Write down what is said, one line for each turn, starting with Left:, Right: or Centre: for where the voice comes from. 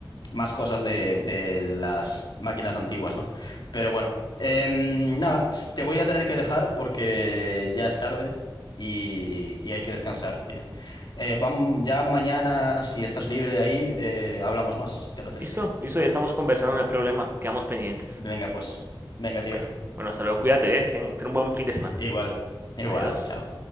Left: más cosas de, de las máquinas antiguas, ¿no? Pero bueno, em, nada, s- te voy a tener que dejar porque ya es tarde y, y hay que descansar, tío. Eh, vam- ya mañana, si estás libre ahí, eh, hablamos más, si te apetece.
Right: Listo, listo, ya estamos conversando, no hay problema, quedamos pendientes.
Left: Venga, pues. Venga, tío.
Right: Bueno, bueno, hasta luego, cuídate, ¿eh? Ten, ten un buen fin de
Left: I-
Right: semana.
Left: Igual, igual,
Right: Adiós.
Left: chao.